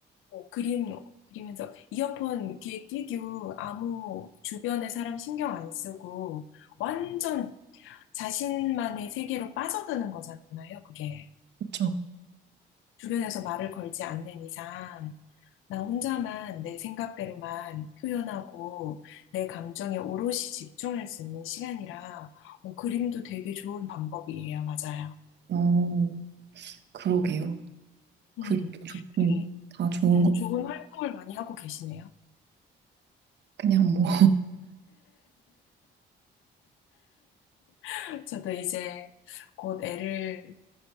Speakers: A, on the left (about 90°); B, on the right (about 60°).
A: 뭐 그림, 그리면서 이어폰 귀에 끼고 아무 주변의 사람 신경 안 쓰고 완전 자신만의 세계로 빠져드는 거잖아요, 그게.
B: 그렇죠.
A: 주변에서 말을 걸지 않는 이상, 나 혼자만 내 생각대로만 표현하고 내 감정에 오롯이 집중할 수 있는 시간이라 어, 그림도 되게 좋은 방법이에요. 맞아요.
B: 어, 그러게요. 그림도
A: 음,
B: 좋고
A: 되게
B: 다 좋은
A: 음,
B: 거
A: 좋은 활동을 많이 하고 계시네요.
B: 그냥 뭐.
A: <laughs> 저도 이제 곧 애를